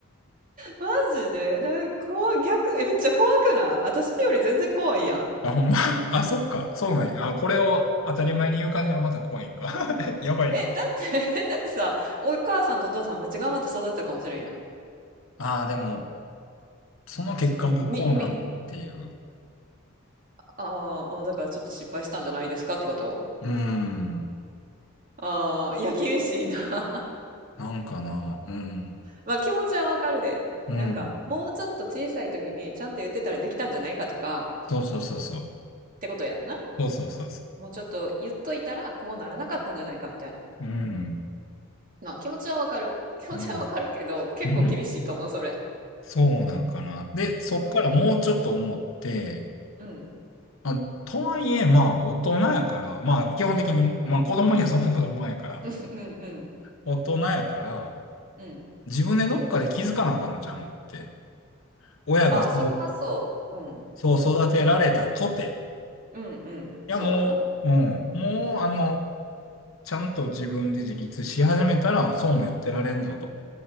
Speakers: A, on the right; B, on the left.
A: マジでだ、怖い、逆、えめっちゃ怖くない私より全然怖いやん。
B: あ、ほんま。あ、そっか。そうなんや。あ、これを当たり前に言う感じがまた怖いんか。<laughs> やばいな。
A: え、だって <laughs> だってさ、お母さんとお父さんめっちゃ頑張って育てたかもしれんやん。
B: ああ、でも、その結果がこうなんっていう。
A: その、み、み、ああ、もうだからちょっと失敗したんじゃないですかってこと
B: うん。
A: ああ、いや、厳しいな。<laughs>
B: なんかな。うん。
A: まあ気持ちはわかるで。
B: うん。
A: なんか、もうちょっと小さい時にちゃんと言ってたらできたんじゃないかとか、
B: そうそうそうそ
A: ってことやんな。
B: う。そうそうそうそ
A: もうちょっと言っといたらこうならなかったんじゃないかみたいな。
B: う。うん。
A: まあ気持ちはわかる。<laughs> 気持ちはわかるけど、
B: うん。
A: 結構厳しいと思う、
B: うん。
A: それ。
B: そうなんかな。で、そっからもうちょっと思って、
A: うん。うん。
B: あ、とはいえ、まあ、大人やから、まあ、基本的にね、
A: うんうん
B: まあ、子供にはそんなこと思わんやから、
A: うんうんうんうん
B: 大人やから、
A: うん。
B: 自分でどっかで気づかなあかんのちゃうんって。親がそ
A: ああ、それはそう。うん。
B: う、そう育てられたとて。
A: うん。うんうん。
B: いや、
A: そうやな。
B: もう、うん。もう、あの、ちゃんと自分で自立し始めたら、そうも言ってられんぞと。
A: うんうん。